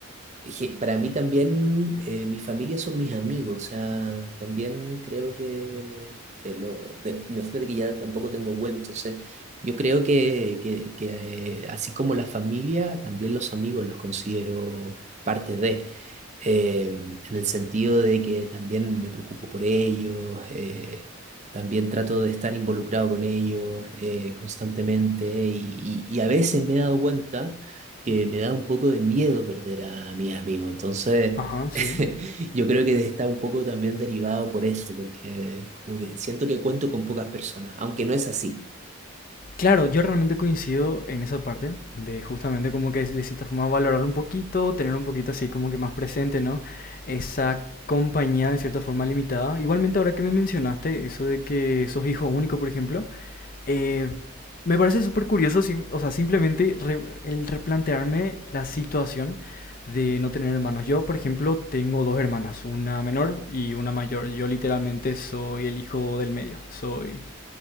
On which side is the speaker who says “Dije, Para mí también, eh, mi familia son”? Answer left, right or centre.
Right